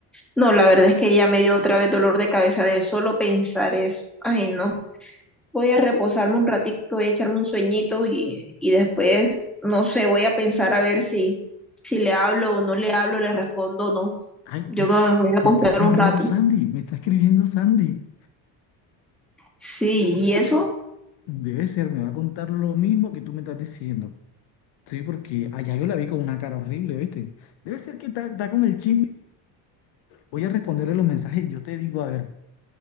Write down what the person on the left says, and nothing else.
Ay,
mira,
me está escribiendo
Sandy, me está escribiendo Sandy.
Debe ser, me va a contar lo mismo que tú me estás diciendo. Sí, porque allá yo la vi con una cara horrible, ¿viste? Debe ser que está, está con el chisme. Voy a responderle los mensajes y yo te digo, a ver,